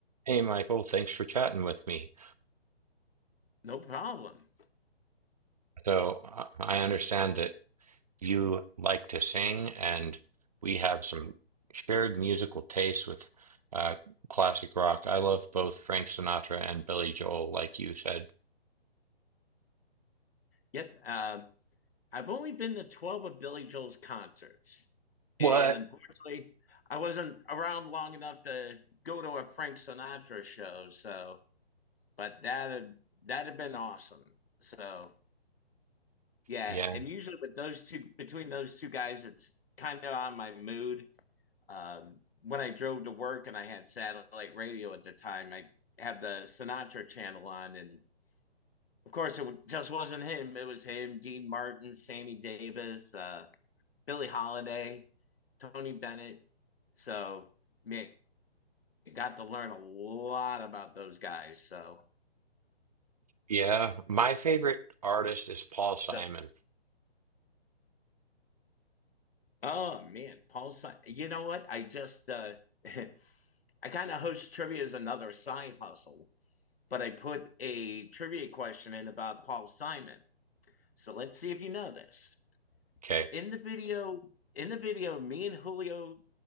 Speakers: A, on the right (about 35°); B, on the left (about 60°).
A: Hey, Michael, thanks for chatting with me.
B: No problem.
A: So I I understand that you like to sing, and we have some shared musical tastes with uh, classic rock. I love both Frank Sinatra and Billy Joel, like you said.
B: Yep. Um, I've only been to 12 of Billy Joel's concerts.
A: What?
B: And unfortunately, I wasn't around long enough to go to a Frank Sinatra show. So, but that had, that had been awesome. So, yeah.
A: Yeah.
B: And usually with those two, between those two guys, it's kind of on my mood. Um, when I drove to work and I had satellite radio at the time, I had the Sinatra channel on and of course, it just wasn't him. It was him, Dean Martin, Sammy Davis, uh, Billie Holiday, Tony Bennett. So, man, got to learn a lot about those guys. So,
A: Yeah. My favorite artist is Paul Simon.
B: so oh man, Paul. Simon. you know what? I just uh, <laughs> I kind of host trivia as another side hustle, but I put a trivia question in about Paul Simon. So let's see if you know this.
A: Okay.
B: In the video, in the video, me and Julio